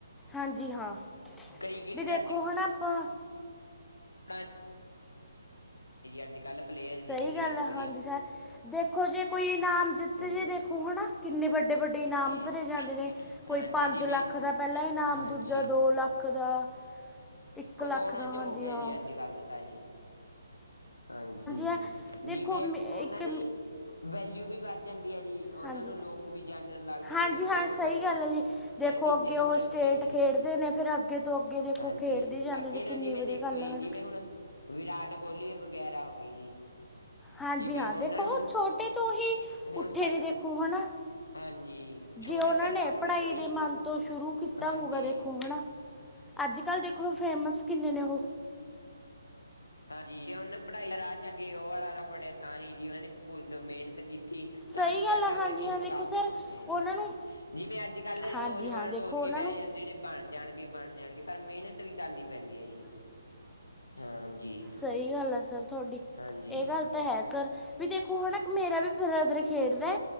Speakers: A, in the centre; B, on the left.
A: ਹਾਂਜੀ, ਹਾਂ।
B: ਕ੍ਰਿਕਟ
A: ਬੀ ਦੇਖੋ
B: ਚ
A: ਹੈਨਾ ਆਪਾਂ
B: <unintelligible> ਅੱਜ-ਕੱਲ ਪਲੇਅਰ ਜੀ,
A: ਸਹੀ
B: ਜਿਮੇਂ
A: ਗੱਲ
B: ਦੇਖੋ
A: ਹੈ
B: ਜੀ।
A: ਹਾਂਜੀ ਸਰ ਦੇਖੋ, ਜੇ ਕੋਈ ਨਾਮ ਜਿੱਤ
B: ਹਾਂਜੀ
A: ਜੇ ਦੇਖੋ ਹਨਾ ਕਿੰਨੇ ਵੱਡੇ-ਵੱਡੇ ਇਨਾਮ
B: ਜੀ
A: ਧਰੇ ਜਾਂਦੇ ਨੇ, ਕੋਈ
B: ਹਾਂਜੀ
A: ਪੰਜ
B: ਜਿਵੇਂ
A: ਲੱਖ ਦਾ ਪੈਲਾਂ ਇਨਾਮ,
B: ਹਾਂਜੀ
A: ਦੂਜਾ ਦੋ ਲੱਖ ਦਾ ਇੱਕ
B: ਕਰੋੜਾਂ
A: ਲੱਖ ਦਾ
B: 'ਚ
A: ਹਾਂਜੀ
B: ਹੋ ਗੇਆ
A: ਹਾਂ
B: ਜੀ, ਅੱਜ- ਕੱਲ ਤਾਂ ਜੀ। ਹਾਂਜੀ,
A: ਹਾਂ ਦੇਖੋ
B: ਜਿਮੇਂ
A: ਇੱਕ
B: ਓਨਾਂ ਦੀ ਵੈਲਿਊ ਵੀ ਵੱਧ ਜਾਂਦੀ ਐ ਜੀ, ਓਨਾਂ
A: ਹਾਂਜੀ
B: ਨੂੰ ਲੋਕ ਵੀ ਜਾਨਣ ਲੱਗ ਜਾਂਦੇ
A: ਹਾਂਜੀ
B: ਜੀ
A: ਹਾਂ
B: ਫੇਮਸ
A: ਸਹੀ
B: ਹੋ ਜਾਂਦੇ
A: ਗੱਲ ਹੈ ਜੀ ਦੇਖੋ
B: ਫਿਰ ਇੱਜਤ
A: ਅੱਗੇ ਉਹ
B: ਬਣਦੀ
A: ਸਟੇਟ
B: ਐ ਜੀ, ਹਾਂਜੀ,
A: ਖੇਡਦੇ ਨੇ ਫਿਰ ਅੱਗੇ ਤੋਂ ਅੱਗੇ ਦੇਖੋ
B: ਹਾਂਜੀ,
A: ਖੇਡਦੀ ਜਾਂਦੇ
B: ਅੱਗੇ
A: ਨੇ
B: ਤੋਂ
A: ਕਿੰਨੀ
B: ਜਿਵੇਂ
A: ਵਧੀਆ
B: ਦੇਖੋ
A: ਗੱਲ
B: ਜੀ,
A: ਹੈ
B: ਜਿਵੇਂ
A: ਹਨਾ
B: ਹੁਣ ਵਿਰਾਟ ਕੋਲੀ ਵਗੈਰਾ ਹੋ ਗਏ ਜੀ।
A: ਹਾਂਜੀ
B: ਜਿਵੇਂ
A: ਹਾਂ,
B: ਉਹਨਾਂ
A: ਦੇਖੋ
B: ਨੂੰ
A: ਓ ਛੋਟੇ ਤੋਂ ਹੀ
B: ਹੁਣ
A: ਉੱਠੇ ਨੇ ਦੇਖੋ ਹਨਾ,
B: ਹਾਂਜੀ
A: ਜੇ
B: ਛੋਟੇ
A: ਓਨਾਂ
B: ਪਹਿਲਾਂ
A: ਨੇ
B: ਉਹ
A: ਪੜਾਈ
B: ਵੀ ਕੋਈ
A: ਦੇ ਤੋਂ ਸ਼ੁਰੂ ਕੀਤਾ
B: ਹਾਂਜੀ
A: ਹੋਊਗਾ ਦੇਖੋ ਹਨਾ, ਅੱਜ-ਕੱਲ ਦੇਖੋ ਫੇਮਸ ਕਿੰਨੇ ਨੇ ਓ
B: ਹਾਂਜੀ ਜੇ ਓਨੇ ਪੜਾਈ ਦਾ ਰਾਹ ਛੱਡ ਕੇ, ਓ ਵਾਲਾ ਰਾਹ ਫੜੇਆ ਤਾਂ ਹੀ ਜੀ ਓਨਾਂ ਨੇ ਫੁਲ ਮੇਹਨਤ ਕੀਤੀ
A: ਸਹੀ
B: ਤਾਂ ਹੀ
A: ਗੱਲ
B: ਜਾ ਕੇ
A: ਆ ਹਾਂਜੀ
B: ਓ ਇਸ
A: ਹਾਂ ਦੇਖੋ
B: ਮੁਕਾਮ
A: ਸਰ
B: ਤੇ ਪਹੁੰਚੇ ਨੇ
A: ਉਹਨਾਂ
B: ਜੀ ਹਾਂਜੀ।
A: ਨੂੰ
B: ਜਿਵੇਂ ਅੱਜ ਕੱਲ
A: ਹਾਂਜੀ
B: ਨੌਜਵਾਨ
A: ਹਾਂ ਦੇਖੋ
B: ਸੋਚ ਕੇ
A: ਉਹਨਾਂ
B: ਬੈਹ
A: ਨੂੰ
B: ਜਾਂਦੇ ਨੇ, ਬਣ ਜਾਣਗੇ, ਬਣ ਜਾਣਗੇ ਪਰ ਮੇਹਨਤ ਵੀ ਕਰਨੀ ਪੈਂਦੀ ਐ ਜੀ, ਹਾਂਜੀ।
A: ਸਈ ਗੱਲ ਐ, ਸਰ ਥੁਆਡੀ
B: ਹਾਂਜੀ
A: ਏਹ ਗੱਲ ਤਾਂ ਹੈ ਸਰ, ਵੀ ਦੇਖੋ ਹਨਾ ਮੇਰਾ ਵੀ ਫਿਰ ਬਰਦਰ ਖੇਡਦਾ